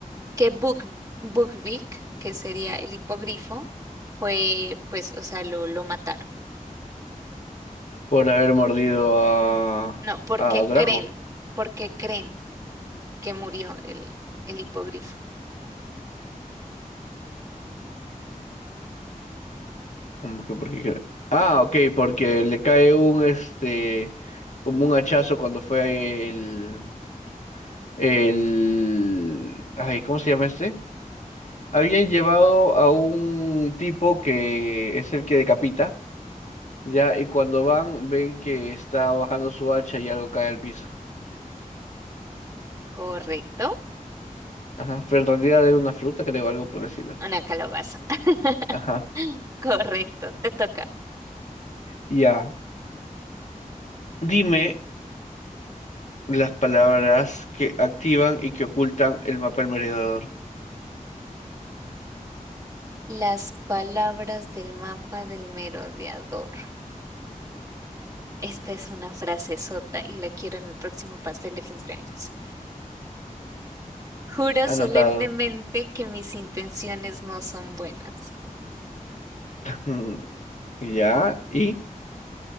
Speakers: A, on the right; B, on the left.
A: que Buk- Bukvik, que sería el hipogrifo, fue, pues, o sea, lo, lo mataron?
B: por haber mordido a,
A: No, ¿por
B: a
A: qué
B: Draco.
A: creen? ¿Por qué creen que murió el, el hipogrifo?
B: Como que porque... cre- Ah, ok, porque le cae un, este, como un hachazo cuando fue el, el, ay, ¿cómo se llama este? Habían llevado a un tipo que es el que decapita, ya, y cuando van, ven que está bajando su hacha y algo cae al piso.
A: Correcto.
B: Ajá, pero en realidad era una fruta, creo, algo por decirlo.
A: Una calabaza. <laughs>
B: Ajá,
A: Correcto, te toca.
B: ya. Dime, Las palabras que activan y que ocultan el mapa del merodeador.
A: Las palabras del mapa del merodeador. Esta es una frase sota y la quiero en el próximo pastel de cumpleaños. Juro solemnemente
B: Anotado.
A: que mis intenciones no son buenas.
B: Mm, Ya, y,